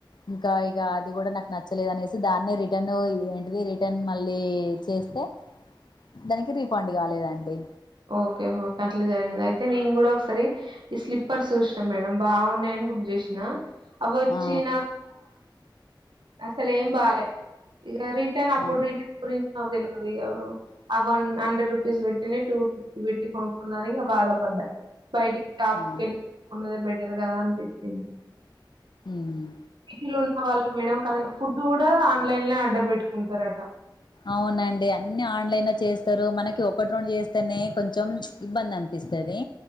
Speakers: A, on the left; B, on the right.
A: ఇంకా ఇక అది కూడా నాకు నచ్చలేదు అనేసి దాన్ని రిటర్న్ ఏంటిది రిటర్న్ మళ్ళీ చేస్తే దానికి రిఫండ్ కాలేదండి
B: ఓకే ఓకే అట్లా జరిగింది అయితే నేను కూడా ఒకసారి ఈ స్లిప్పర్స్ చూసిన మేడం బాగున్నాయని బుక్ చేసిన అవి వచ్చినాక
A: ఆ
B: అసలు ఏం బాలే ఇక రిటర్న్ అప్పుడు
A: ఆ
B: రిటర్న్ గురించి నాకు తెల్వదు ఇగ ఆ వన్ హండ్రెడ్ రూపీస్ పెట్టినే టూ ఫిఫ్టీ పెట్టి కొనుక్కున్నానిక బాధ పడ్డా బయటికి టాప్కి
A: ఆ
B: వెళ్ళికున్నదే బెటర్గాదా అనిపిచ్చింది
A: ఉమ్
B: సిటీలో ఉన్న వాళ్ళు మేడం కానీ ఫుడ్ కూడా ఆన్లైన్ ఆర్డర్ పెట్టుకుంటారట
A: అవునండి అన్ని ఆన్లైన్ లో చేస్తారు మనకి ఒకటి రెండు చేస్తేనే కొంచెం ప్చ్ ఇబ్బంది అనిపిస్తది